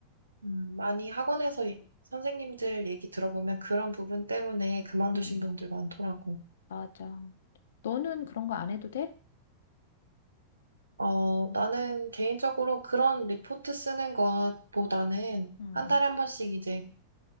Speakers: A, on the right (about 80°); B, on the left (about 60°).
A: 음, 많이 학원에서 이- 선생님들 얘기 들어보면 그런 부분 때문에 그만두신
B: 음,
A: 분들 많더라고.
B: 맞아. 너는 그런 거 안 해도 돼?
A: 어, 나는 개인적으로 그런 리포트 쓰는 것보다는
B: 음,
A: 한 달에 한 번씩 이제